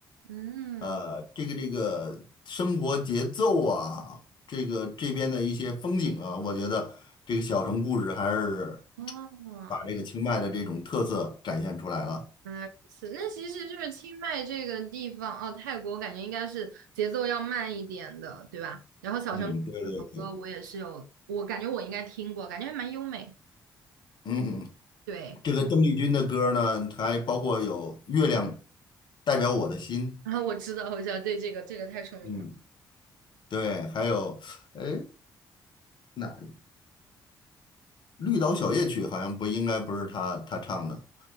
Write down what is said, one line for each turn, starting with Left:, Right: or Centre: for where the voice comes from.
Right: 嗯，
Left: 呃，这个这个生活节奏啊，这个这边的一些风景啊，我觉得这个《小城故事》还是。
Right: 哦，
Left: 把这个清迈的这种特色展现出来了。
Right: 原来如此。那其实就是清迈这个地方，哦，泰国我感觉应该是节奏要慢一点的，对吧？然后小城故事这首歌我也是有，
Left: 嗯，对对对，
Right: 我感觉我应该听过，感觉还蛮优美。
Left: 嗯嗯，
Right: 对。
Left: 这个邓丽君的歌呢，还包括有《月亮代表我的心》，
Right: 然后我知道，我知道，对，这个这个太出名了。
Left: 嗯，对，还有，哎，那《绿岛小夜曲》好像不应该不是她她唱的，